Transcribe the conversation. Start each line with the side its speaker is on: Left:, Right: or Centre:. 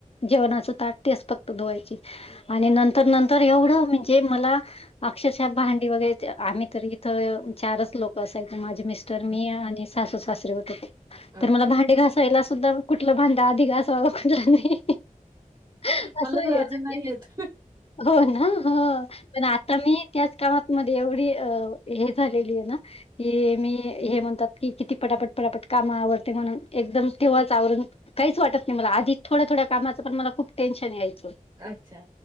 Left: जेवणाच ताट तेच फक्त धुवायची. <unintelligible> आणि नंतर नंतर एवढं म्हणजे मला अक्षरशः भांडी वगैरे त आम्ही तर इथ, चारच लोकं असायचे, माझे मिस्ट. मी
Right: हं.
Left: आणि सासू सासरे होते,
Right: अच्छा.
Left: तर मला भांडे घासायला, सुद्धा कुठलं भांड आधी घा खु नाही अस. <unintelligible>
Right: मला तर अजून नाही येत.
Left: होणा, हं. पण आता मी, त्याच कामातमध्ये एवढी हे झालेली ये ना. की मी, हे म्हणतात की, किती पटापट-पटापट कामं आवरते म्हणून. एकदम तेव्हाच आवरून, काहीच वाटत नही मला, आधी थोड्या--थोड्या कामाचं पण, मला खूप टेन्शन यायचं.
Right: अच्छा,